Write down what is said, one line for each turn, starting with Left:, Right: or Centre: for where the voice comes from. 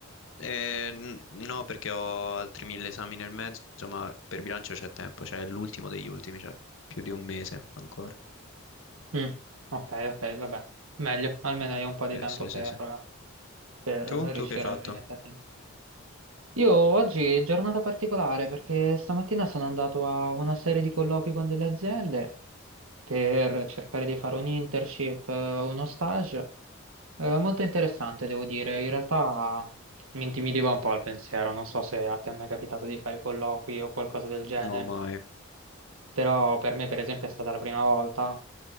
Left: Eh, n- no, perché ho altri mille esami nel mezzo, ma per bilancio c'è tempo, cioè è l'ultimo degli ultimi, cioè più di un mese ancora.
Right: Mm, ok, ok, vabbè. Meglio, almeno hai un po' di
Left: Eh,
Right: tempo
Left: sì,
Right: per,
Left: sì, sì.
Right: per
Left: Tu?
Right: riuscire
Left: Tu che hai fatto?
Right: a rimetterti in campo. Io oggi è giornata particolare perché stamattina sono andato a una serie di colloqui con delle aziende per cercare di fare un internship, eh, uno stage. Eh, molto interessante, devo dire. In realtà mi intimidiva un po' il pensiero. Non so se a te è mai capitato di fare colloqui o qualcosa del genere,
Left: No, mai.
Right: però per me, per esempio, è stata la prima volta